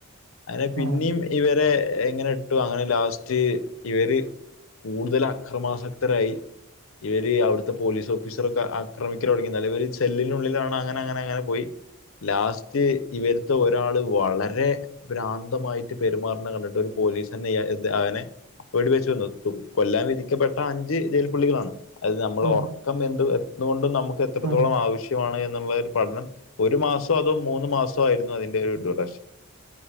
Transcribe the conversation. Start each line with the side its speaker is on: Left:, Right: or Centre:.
Left: അതെ പിന്നിം.
Right: ആഹ് ആഹ്
Left: ഇവരെ ഇങ്ങനെ ഇട്ടു അങ്ങനെ ലാസ്റ്റ് ഇവര് കൂടുതൽ അക്രമാസക്. ഇത്രായ്. ഇവര് അവിടുത്തെ പോലീസ് ഓഫീസറൊക്കെ ആക്രമിക്കൽ തൊടങ്ങി. നെലവിൽ സെല്ലിനുള്ളിലാണ് അങ്ങനെ അങ്ങനെ അങ്ങനെ പോയി. ലാസ്റ്റ് ഇവര്ത്തെ ഒരാള് വളരെ. ഭ്രാന്തമായിട്ട് പെരുമാറണ കണ്ടിട്ട് ഒരു പോലീസന്നെ ഇയാ അങ്ങനെ. വെടി വെച്ച് കൊന്നത്തു കൊല്ലാൻ വിധിക്കപ്പെ. ആ അഞ്ച് ജയിൽപ്പുള്ളികളാണ് അത് നമ്മൾ
Right: ആഹ്
Left: ഒറക്കം എന്ത് എന്തുകൊണ്ടും നമുക്ക് എത്രത്തോളം
Right: ആഹ്
Left: ആവശ്യ. ശ്യമാണ് എന്നുള്ളരു പഠനം ഒരു മാസോ അതോ മൂന്ന് മാസോ ആയിരുന്നു അതിന്റെ ഒരു ഡ്യൂറേഷൻ.